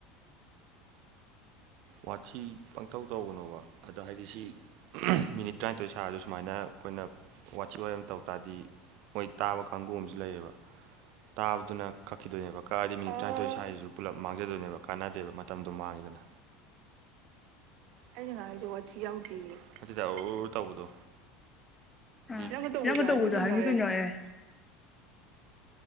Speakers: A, on the right; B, on the left.
A: ꯋꯥꯊꯤ ꯄꯪꯊꯧ ꯇꯧꯒꯅꯣꯕ ꯑꯗꯣ ꯍꯥꯏꯗꯤ ꯁꯤ ꯃꯤꯅꯤꯠ ꯇꯔꯥꯅꯤꯊꯣꯏ ꯁꯥꯔꯁꯨ ꯁꯨꯃꯥꯏꯅ ꯑꯩꯈꯣꯏꯅ ꯋꯥꯊꯤ ꯋꯥꯔꯦꯝ ꯇꯧ ꯇꯥꯔꯗꯤ ꯃꯣꯏ ꯇꯥꯕ ꯀꯥꯡꯕꯨ ꯑꯃꯁꯨ ꯂꯩꯌꯦꯕ ꯇꯥꯕꯗꯨꯅ ꯀꯛꯈꯤꯗꯣꯏꯅꯦꯕ ꯀꯛꯑꯗꯤ ꯃꯤꯅꯤꯠ ꯇꯔꯥꯅꯤꯊꯣꯏ ꯁꯥꯔꯤꯁꯤꯁꯨ ꯄꯨꯂꯞ ꯃꯥꯡꯖꯗꯣꯏꯅꯦꯕ ꯀꯥꯟꯅꯗꯦꯕ ꯃꯇꯝꯗꯣ ꯃꯥꯡꯉꯦꯗꯅ ꯑꯩꯅ ꯉꯥꯡꯉꯤꯁꯦ ꯋꯤꯊꯤ ꯌꯥꯎꯗꯤꯌꯦ ꯅꯠꯇꯦꯗ ꯑꯧ ꯑꯧ ꯑꯧ ꯇꯧꯕꯗꯣ
B: ꯑꯥ
A: ꯅꯪꯅ ꯇꯧꯕꯗꯣ
B: ꯅꯪꯒ
A: ꯍꯤꯏꯕꯅꯤ ꯀꯩꯅꯣ
B: ꯍꯥꯏꯕꯅꯤ
A: ꯑꯩ
B: ꯑꯦ